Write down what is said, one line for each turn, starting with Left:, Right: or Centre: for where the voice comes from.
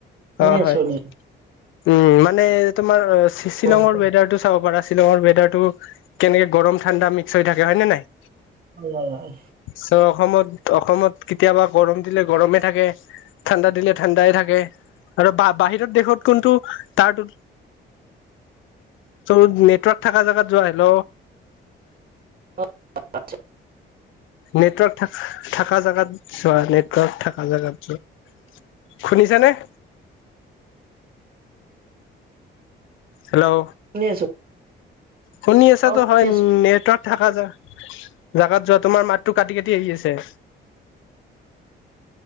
Right: শুনি
Left: অ',
Right: আছো
Left: হয়।
Right: শুনি
Left: উম,
Right: আছো।
Left: মানে তোমাৰ শ্বিলঙৰ
Right: কোৱা কোৱা।
Left: ৱেডাৰ টো চাব পাৰা। শ্বিলঙৰ ৱেডাৰটো কেনেকে গৰম ঠাণ্ডা মিক্স হৈ থাকে হয় নে নাই।
Right: উম।
Left: চ' অসমত, অসমত কেতিয়াবা গৰম দিলে গৰমে থাকে। ঠাণ্ডা দিলে, ঠাণ্ডাই থাকে আৰু বাহিৰত দেশত কোনটো তাৰো ত নেটৱৰ্ক থকা জোগাত যোৱা হিল
Right: <inaudible>
Left: নেটৱৰ্ক থা থকা জোগাত যোৱা নেটৱৰ্ক থকা জোগাত যোৱা। শুনিছে নে? হেল্ল'।
Right: শুনি আছো
Left: শুনি আছাতো
Right: অ' শুনি
Left: হয়
Right: আছো
Left: নেটৱৰ্ক থাকা যায় জোগাত য'ত তোমাৰ মাতটো কাটি, কাটি আহি আছে।